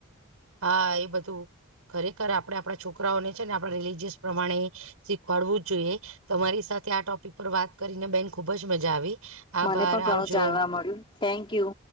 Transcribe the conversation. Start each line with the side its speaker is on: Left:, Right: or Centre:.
Right: હા એ બધું ખરેખર આપડે આપડા છોકરાઓને છે ને આપડા રિલીજીયસ પ્રમાણે શીખવાડવું જ જોઈએ તમારી સાથે આ ટોપિક પર વાત કરીને બેન ખુબ જ મજા આવી આભાર
Left: મને પણ ઘણું
Right: આવજો
Left: જાણવા મળ્યું થેન્ક યુ